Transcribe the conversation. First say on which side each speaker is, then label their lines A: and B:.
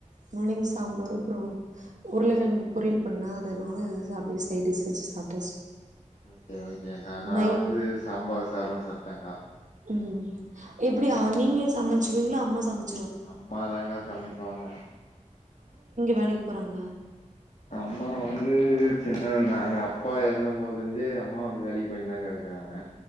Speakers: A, on the right; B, on the left.
A: முள்ளங்கி சாம்பார் அப்புரோ உருளைகிளங்கு பொரியல் பன்னாதனால அப்படியே சைடிஷ் வச்சு சாப்ட்டாச்சு
B: ஓகே ஓகேக்கா நா
A: நைட்
B: வந்து சாம்பார் சாதம் சாப் டேங்கா
A: உம் எப்டி ஆன் நீங்ளே சமச்சிவிங்ளா அம்மா சம்
B: அம்மாதாங்க சமைப் பாங்க
A: வேலைக் போறாங்க
B: அம்மா வந்து சின்னர்ந்தாங்க அப்பா எறந்த மோது இர்ந்தே அம்மா வந்து வேலிக் பேயின் தாகர்காங்க